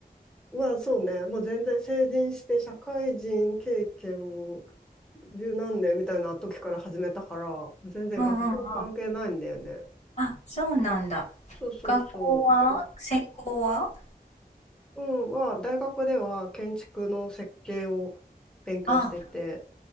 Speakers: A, in the centre; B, on the left (about 45°).
A: はそうね、もう全然成人して社会人経験十何年みたいな時から始めたから、全然学校は関係ないんだよね。
B: うんうんうん。あ、そうなんだ。
A: そうそうそう。
B: 学校は専攻は
A: 学うん、まあ、大学では建築の設計を勉強してて、
B: あ、